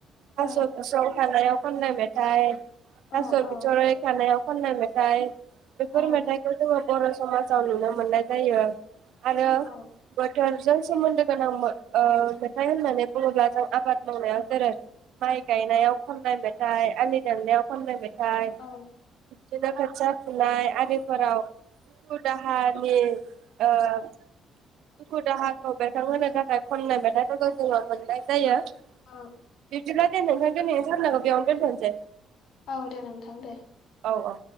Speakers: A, on the left; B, on the right.
A: औ
B: थास बिसं खानायाव खननाय मे थाय थास
A: औ औ
B: बिथराय खानायाव खननाय मेथाइ बेफोर
A: औ
B: मेथाइखौ जोङो बर समाजाव नुनो मोननाय जायो आरो
A: औ
B: बोथोर जों सोमोनदो गोनां मो ओह मेथाइ होननानै बुङोब्लाजों आबाद मावनायाव जेरै माइ गाइनायाव खननाय मेथाइ आलि दाननायाव खननाय मेथ थाय
A: औ
B: बिबदिनो खोथियाब फुनाय आरिब फोराव दुखु दाहानि ओह दुखु दाहा खौ बेरखां होनो थाखाय खननाय मेथाइफोरखौ जोङो मोननाय जायो बिबदिब्ला
A: औ
B: दे नोंथां दोनैनि सावरायनायखौ बेयावनो दोनथनोसै
A: औ दे नोंथां दे
B: औ औ